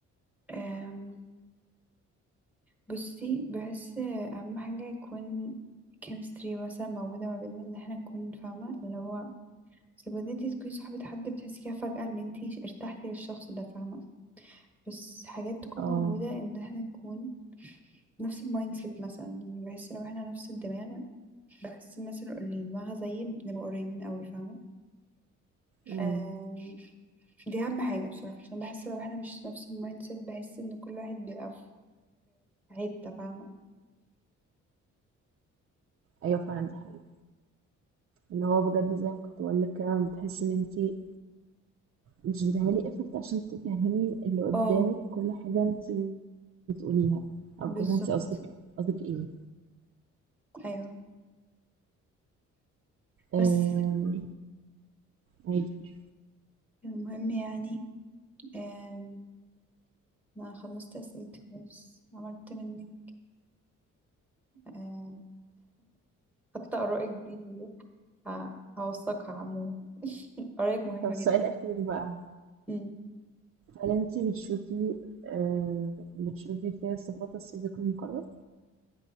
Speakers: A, in the centre; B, on the right.
A: أم، بصي بحس أهم حاجة يكون كيمستري مثلا موجودة ما بيننا ان احنا نكون فاهمة اللي هو بس بدي انتي تكوني صاحبة حد بتحسي كده فجأة ان انتي ارتحتي للشخص ده فاهمة بس حاجات تكون
B: اه
A: موجودة ان احنا نكون نفس المايند سيت مثلا يعني بحس لو احنا نفس الدماغ بحس الناس اللي اللي دماغها زيي بنبقى قريبين قوي فاهمة
B: امم
A: آم، دي أهم حاجة بصراحة عشان بحس لو احنا مش نفس المايند سيت بحس ان كل واحد بيبقى في في حتة فاهمة
B: ايوه فعلا دي حقيقة اللي هو بجد زي ما كنت بقول لك كده بتحسي ان انتي مش بتعملي effort عشان تفهمي اللي قدامك
A: اه
B: كل حاجة انت بتقوليها او
A: بالظبط
B: كل حاجة انت قصدك قصدك ايه
A: ايوه بس
B: آم، عادي.
A: المهم يعني آم، انا خلصت اسئلتي خلاص عملت منك آم، خدت <laughs> آرائك دي ه- هوثقها عموما <laughs> آرائك مهمة
B: طب السؤال
A: جدا
B: الأخير بقى
A: امم
B: هل انت بتشوفي آم، بتشوفي فيها صفات الصديق المقرب